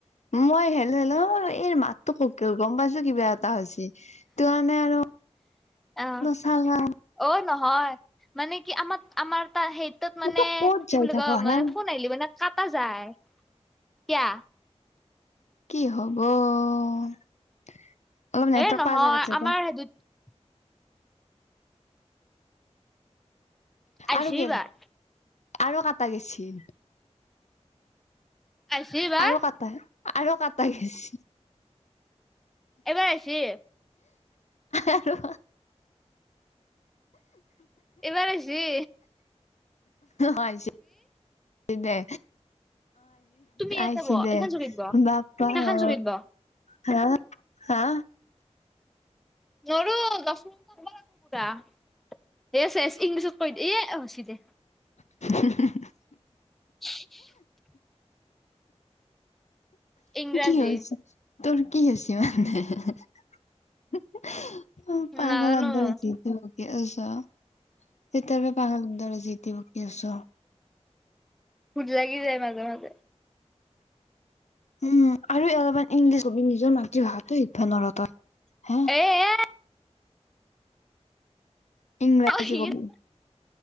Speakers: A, on the left (about 80°); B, in the centre.
A: মই হেল্ল', হেল্ল', এ মাততো কক গ'ম পাইছোঁ কিবা এটা হৈছে। সেই টো কাৰণে আৰু
B: অ
A: চালা
B: অ', নহয় মানে কি আমাৰ আমাৰ তাৰ সেইটোত মানে
A: ক'ত যাই
B: কি বুলি
A: থাক
B: কয়
A: হা
B: মানে ফোন নাহিলি মানে কাটা যায় কিয়া
A: কি হ'ব অলপ নেটৱৰ্ক
B: এ নহয়
A: পোৱা জেগাত <unintelligible>
B: <unintelligible> আইছি
A: আৰু গেল
B: এইবাৰ
A: আৰু কাটা গেছি।
B: আইছি। এইবাৰ
A: আৰু কাটা আৰু কাটা গেছি।
B: এইবাৰ আইছি।
A: আৰু।
B: এইবাৰ আহিছি।
A: অ', আহিছি <unintelligible> দে
B: তুমি ইয়াতে
A: আহিছি
B: বহ
A: দে
B: এইখন চকীত বহ
A: বাপ্পা
B: সেইখন
A: ঐ
B: চকীত বহ
A: হা হা
B: নৰো <unintelligible> ইয়ে চেচ <unintelligible> ইংলিছত কৈ দে এ হৈছে দে
A: <inaudible>
B: <inaudible> ইংৰাজী
A: কি হৈ আছে তোৰ কি হৈছি মানে। উম পাগলৰ
B: নাজানো
A: দৰে <unintelligible> বকি আছ তেতিয়াৰ পৰা পাগলৰ দৰে যিতি বকি আছ।
B: ভুল লাগি যায় মাজে, মাজে।
A: উম আৰু অলপমান ইংলিছ কবি নিজৰ মাতৃভাষাটো শিকিবা নৰ তই হে।
B: <unintelligible>
A: ইংৰাজী
B: তই
A: কব